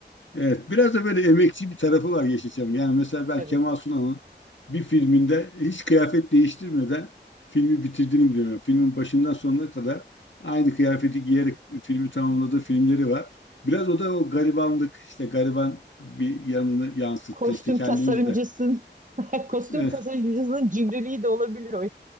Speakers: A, on the left (about 90°); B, on the right (about 45°).
A: Evet, biraz da böyle emekçi bir tarafı var Yeşilçam'ın. Yani mesela ben
B: Tabii.
A: Kemal Sunal'ın bir filminde hiç kıyafet değiştirmeden filmi bitirdiğini biliyorum. Yani filmin başından sonuna kadar aynı kıyafeti giyerek filmi tamamladığı filmleri var. Biraz o da o garibanlık, işte gariban bir yanını yansıttı.
B: Kostüm
A: İşte kendimiz
B: tasarımcısın.
A: de.
B: <laughs> Kostüm
A: <laughs>
B: tasarımcısının cimriliği de olabilir o